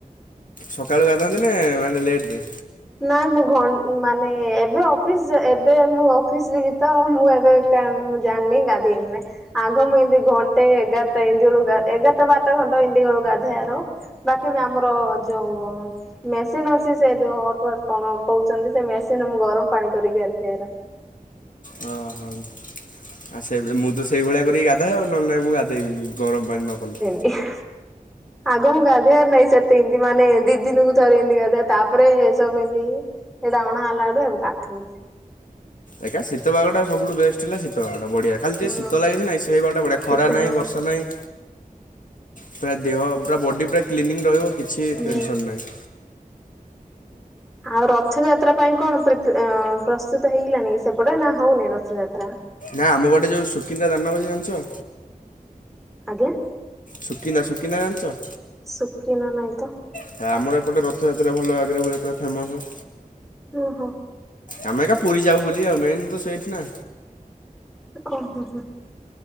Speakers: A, on the left; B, in the centre.
A: ସକାଳୁ ଗାଧାନ୍ତି ନା ମାନେ ଲେଟ୍ ରେ।
B: ନାଇଁ ମୁଁ ଘନ ମାନେ ଏବେ ଅଫିସ ଏବେ ମୁଁ ଅଫିସ ଯିବି ତ ମୁଁ ଏବେ କାଇଁ ମୁଁ ଜାନି ଗାଧେଇନି ନା। ଆଗ ମୁଁ ଏମତି ଘଣ୍ଟେ ଏଗାରଟା ଏନ୍ତି ବେଳୁକୁ ଗା ଏଗାରଟା ବାରଟା ଘଣ୍ଟ ଏନ୍ତି ବେଳୁକୁ ଗାଧେଆର। ବାକି ବ ଆମର ଯୋଉ ମେସିନ ଅଛି ସେ ଯୋଉ କୁଆଡେ କଣ କଉଚନ୍ତି ସେ ମେସିନ ମୁଁ ଗରମ ପାଣି କରିକି ଗାଧେଇ ଆର
A: ହଁ ହଉ। ଆଉ ସେ ଭଳି ମୁଁ ତ ସେଇଳିଆ କରିକି ଗାଧାଏ ଆଉ ନହେଲେ ନାଇଁ ମୁଁ ଗାଧେଇବିନି ଗରମ ପାଣି ନ କଲେ।
B: ଇଏଁ ହେ। ଆଗ ମୁଁ ଗାଧେଇ ଆର ନାଇଁ ସେ ତିନ ଦି ମାନେ ଏ ଦିଦିନକୁ ଥରେ ଏନ୍ତି ଗାଧାଏ ତାପରେ ଏ ସବୁ ଏମତି ସେଇଟା ଅଣା ହେଲାଠୁ ଏବେ ଗାଧଉଚି।
A: ଏକା ଶୀତ ପାଗଟା ସବୁଠୁ ବେଷ୍ଟ ହେଲା ଶୀତ ପାଗଟା ବଢିଆ। ଖାଲି ଟିଏ
B: ହଁ
A: ଶୀତ ଲାଗେ ସିନା ସେଇ ପାଗ ଟା ବଢ଼ିଆ ଖରା
B: ଶୀତ
A: ନାଇଁ
B: ହଁ
A: ବର୍ଷା ନାଇଁ ପୁରା ଦେହ ପୁରା ବଡି ପୁରା କ୍ଲିନିଙ୍ଗ ରହିବ କିଛି
B: ହୁଁ।
A: ଟେନସନ ନାହିଁ।
B: ଆଉ ରଥଯାତ୍ରା ପାଇଁ କଣ ପ୍ରିପ ଏଁ ଅଁ ପ୍ରସ୍ତୁତ ହେଇଗଲାଣି ସେପଟେ ନା ହଉନି ରଥଯାତ୍ରା।
A: ନା ଆମ ପଟେ ଯୋଉ ସୁକିନ୍ଦା ଦାନଗଦି ଜାଣିଚ?
B: ଆଜ୍ଞା।
A: ସୁକିନ୍ଦା ସୁକିନ୍ଦା ଜାନଚ।
B: ସୁକିନା ନାଇଁ ତ।
A: ହେ ଆମର ଏପଟେ ରଥଯାତ୍ରା ଭଲ ଆଗରେ ହୁଏ ପୁରା ଫେମସ।
B: ହଁ ହୋଁ।
A: ଆମେ କ ପୁରୀ ଯାଉ ବୋଲି ଆଉ ମେନ ତ ସେଇଠି ନା।
B: ଓହୋ ହୋ।